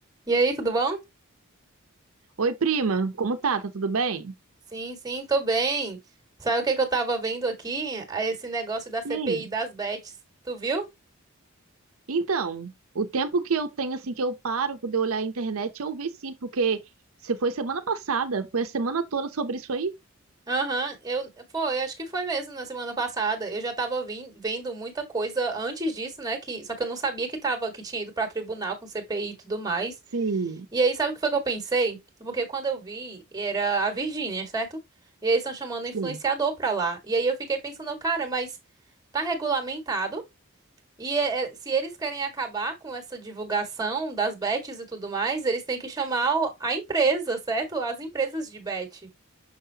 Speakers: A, on the right; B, on the right.
A: E aí, tudo bom?
B: Oi, prima, como tá? Tá tudo bem?
A: Sim, sim, tô bem. Sabe o que que eu tava vendo aqui? Ah, Esse negócio da CPI
B: Sim.
A: das bets. Tu viu?
B: Então, o tempo que eu tenho, assim, que eu paro pra poder olhar a internet, eu vi sim, porque se foi semana passada, foi a semana toda sobre isso aí?
A: Aham, eu foi, acho que foi mesmo na semana passada. Eu já tava vin- vendo muita coisa antes disso, né? Que, só que eu não sabia que tava, que tinha ido pra tribunal com CPI e tudo mais.
B: sim,
A: E aí, sabe o que foi que eu pensei? Porque quando eu vi, era a Virgínia, certo? E eles estão chamando influenciador
B: sim.
A: pra lá. E aí eu fiquei pensando, cara, mas tá regulamentado? E é- é- se eles querem acabar com essa divulgação das bets e tudo mais, eles têm que chamar o- a empresa, certo? As empresas de bet,